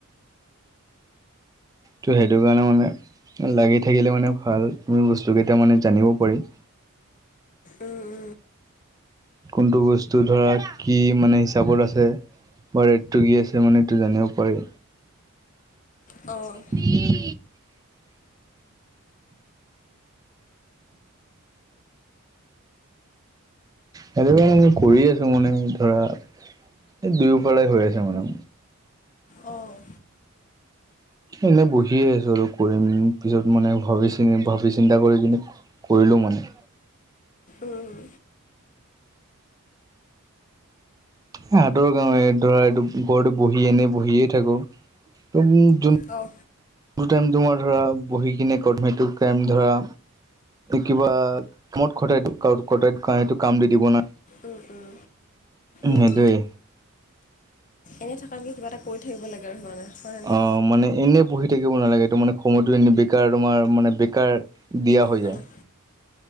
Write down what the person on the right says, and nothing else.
তো সেইটো কাৰণে মানে লাগি থাকিলে মানে ভাল বস্তুকেইটা মানে জানিব পাৰিম।
কোনটো বস্তু ধৰা কি মানে হিচাপত আছে। বা ৰেটটো কি আছে মানে এইটো জানিব পাৰি।
পি। সেইটো কাৰণে মই কৰি আছোঁ মানে ধৰা এই দুয়োফালে হৈ আছে মানে।
এনেই বহিয়ে আছোঁ আৰু কৰিম পিছত মানে ভাবি চি ভাবি চিন্তা কৰি কিনে। কৰিলোঁ মানে।
হাতৰ গাওঁৰে ধৰা এইটো ঘৰটো বহি এনে বহিয়ে থাকো ত যোন
টাইম টো তোমাৰ ধৰা বহি কিনে কমেট টাইম ধৰা। কিবা কামত কটাই কটাই সেইটো কাম দি দিব না।
সেইটোৱে
অঁ, মানে এনেই বহি থাকিব নালাগে তটো মানে সময়টো এনে বেকাৰ তোমাৰ মানে বেকাৰ। দিয়া হৈ
যায়।